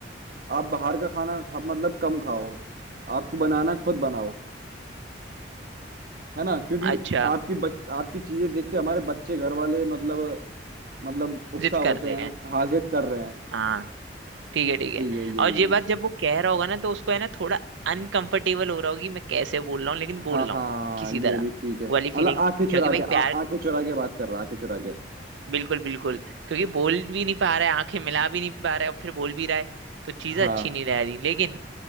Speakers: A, on the right; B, on the right.
A: आप बाहर का खाना खा, मतलब कम खाओ आपको बनाना है, खुद बनाओ है ना क्योंकि
B: अच्छा
A: आपकी बच आपकी चीजें देख के हमारे बच्चे घर वाले मतलब मतलब उकसा
B: जिद
A: होते
B: कर रहे
A: हैं
B: हैं
A: हाजिर कर रहे हैं
B: हाँ ठीक है ठीक
A: यही
B: है
A: यही यही
B: और
A: यही
B: ये बात जब वो कह रहा होगा ना तो उसको है ना थोड़ा अनकंफर्टेबल हो रहा होगी मैं कैसे बोल रहा हूँ लेकिन
A: हाँ
B: बोल रहा
A: हाँ
B: हूँ किसी तरह
A: ये भी ठीक है मतलब
B: वो वाली फीलिंग
A: आंखें चुरा
B: क्योंकि भाई
A: के आ,
B: प्यार
A: आंखें चुरा के बात कर रहा है आंखें चुरा के
B: बिल्कुल बिल्कुल क्योंकि बोल भी नहीं पा रहा है आंखें मिला भी नहीं पा रहा है और फिर बोल भी रहा है तो चीजें
A: हाँ
B: अच्छी नहीं रह रही लेकिन